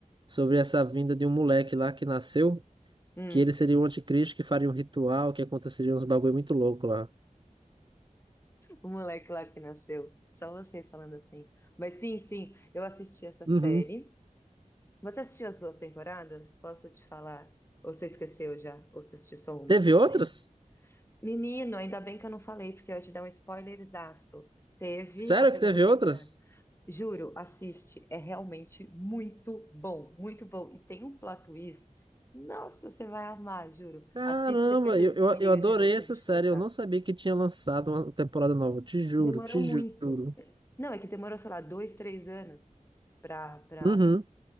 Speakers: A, on the right; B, on the left.
A: sobre essa vinda de um moleque lá que nasceu,
B: Hum,
A: que ele seria o anticristo, que faria um ritual, que aconteceria uns bagulho muito louco lá.
B: O moleque lá que nasceu. Só você falando assim. Mas sim, sim, eu assisti essa série.
A: Uhum.
B: Você assistiu as duas temporadas? Posso te falar? Ou você esqueceu já? Ou você assistiu só uma?
A: Teve
B: Você
A: outras?
B: lembra? Menino, ainda bem que eu não falei, porque eu ia te dar um spoilerzaço. Teve
A: Sério
B: a segunda
A: que teve
B: temporada.
A: outras?
B: Juro, assiste, é realmente muito bom, muito bom. E tem um plot twist. Nossa, você vai amar, juro.
A: Caramba,
B: Assiste, depois você
A: eu, eu,
B: me liga
A: eu adorei
B: de novo pra
A: essa
B: gente
A: série.
B: conversar.
A: Eu não sabia que tinha lançado uma temporada nova. Te juro,
B: Demorou
A: te
B: muito.
A: juro.
B: Não, é que demorou, sei lá, dois, três anos pra, pra,
A: Uhum.